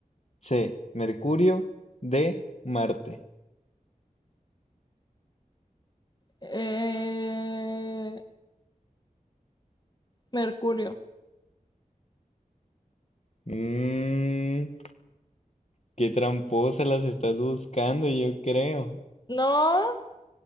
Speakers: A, on the left; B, on the left.
A: C, Mercurio, D, Marte.
B: Eh, Mercurio.
A: Mmm, qué tramposa las estás buscando, yo creo.
B: No,